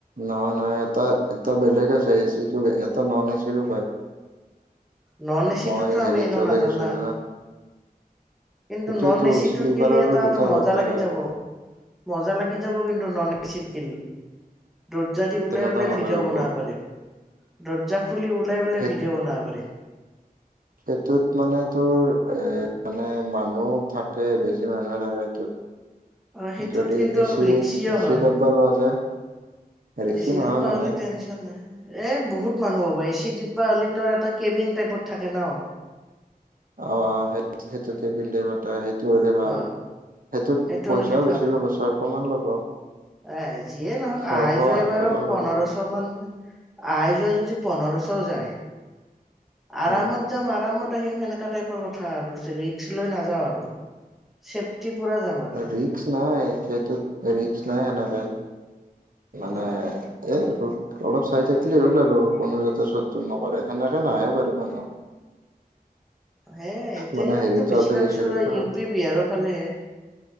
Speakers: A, on the right (about 65°); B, in the centre.
A: নহয় নহয় এটা এটা বেলেগ আছে এচিটো এটা ন'ন এচিৰো পায়।
B: নন এ চিটোতো
A: মই হেৰিত
B: আমি এনেও
A: যাওঁতে
B: নাযাওঁ
A: গেছিলোঁ না।
B: কিন্তু
A: সেইটোৱেতো
B: ন'ন এচিটোত
A: শ্লিপাৰৰো
B: গে'লি এটাত
A: দুটা
B: মজা
A: ভাগ থাকে
B: লাগি যাব। মজা লাগি যাব কিন্তু ন'ন এচিত গে'লি। দৰ্জা দি ওলাই
A: কেনেকুৱা
B: ওলাই
A: মজা
B: ভিডিঅ'
A: লাগব
B: বনাবা পাৰিম। দৰ্জা খুলি ওলাই ওলাই
A: সেই
B: ভিডিঅ' বনাবা পাৰিম।
A: সেইটোত মানে তোৰ এ, মানে মানুহ থাকে বেছি মানুহে থাকে সেইটোত।
B: আৰু সেইটোত
A: যদি
B: কিন্তু
A: এচিত
B: অলপ ৰিক্সিও
A: এচি
B: হয়।
A: ডাব্বা লোৱা যায়। ৰেখছি
B: এ চি
A: নহয়
B: ডিব্বা
A: মানে।
B: হ'লে টেনচন এ, বহুত মানুহ হ'ব এ চি ডিব্বা হ'লি তৰ এটা কেবিন টাইপত থাকে ন'।
A: অ', সেত, সেইটো কেবিন টাইপত। ত' সেইটো হ'লি ভাল।
B: অ
A: সেইটোত
B: সেইটো
A: পইচাও
B: হ'লে
A: বেছি ল'ব ছয়শ মান ল'ব।
B: আহে, যিয়ে নহওঁক
A: ছয়শ
B: আহাই যোৱাই
A: আঠশ
B: বাৰু
A: মান ল'ব
B: পন্ধৰশ' মান। আহাই যোৱা যদি পন্ধৰশ' যায় আৰামত।
A: উম
B: যাম আৰামত আহিম সেনেকা টাইপৰ কথা আৰু ৰিস্ক লৈ নাযাওঁ আৰু। চেপটি পোৰা যাম। আৰু
A: ৰিস্ক নাই সেইটোত ৰিস্ক নাই সেনেকে।
B: অ
A: মানে। এ, ৰূপ অলপ চাই থাকলি হ'ল আৰু কোনো যাতে চুৰ তুৰ নকৰে। সেনেকে নাহে বাৰু মানুহ।
B: এ, ট্ৰেনততো
A: মানে হেৰিত
B: বেছিভাগ
A: যাওঁতে গৈছিলো
B: চুৰ হৈ
A: না
B: ইউ পি বিহাৰৰ ফালেহে।